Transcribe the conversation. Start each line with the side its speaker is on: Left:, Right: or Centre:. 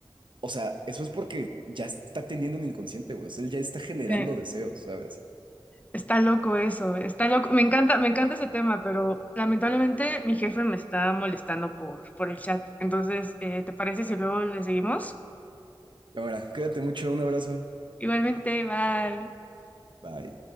Right: o sea, eso es porque ya está teniendo un inconsciente, güey. O sea, él ya está generando
Left: sí.
Right: deseos, ¿sabes?
Left: Está loco eso, está loco. Me encanta, me encanta ese tema, pero lamentablemente mi jefe me está molestando por, por el chat. Entonces, eh, ¿te parece si luego le seguimos?
Right: Cámara, cuídate mucho, un abrazo.
Left: Igualmente, bye.
Right: Bye.